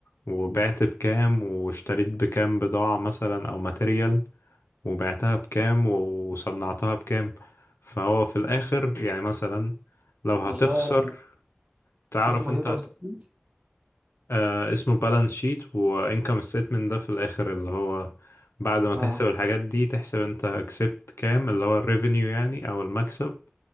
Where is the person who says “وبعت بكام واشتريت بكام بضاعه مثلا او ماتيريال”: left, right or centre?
Left